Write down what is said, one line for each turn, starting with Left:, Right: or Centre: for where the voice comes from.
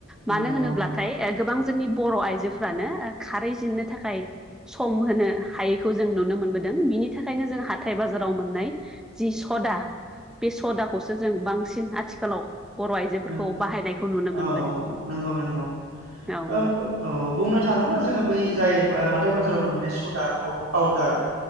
Centre: मानो
Right: नंगौ
Centre: होनोब्लाथाय
Right: औ
Centre: ओ गोबां जोंनि बर' आइजोफ्रानो ओ खारै जिननो थाखाय सम होनो हायैखौ जों नुनो मोनबोदों। बिनि थाखायनो जों हाथाय बाजाराव मोननाय जि सदा बे सदाखौसो जों बांसिन आथिखालाव बर' आइजोफोरखौ
Right: नों
Centre: बाहायनायखौ नुनो मोनबोदों
Right: औ नंगौ नंगौ
Centre: औ
Right: ओब
Centre: नोंथां
Right: औ बुंनो थाङोब्ला जोङो बै जाय हाथाय बाजाराव मोननाय सदा पाउ पाउदार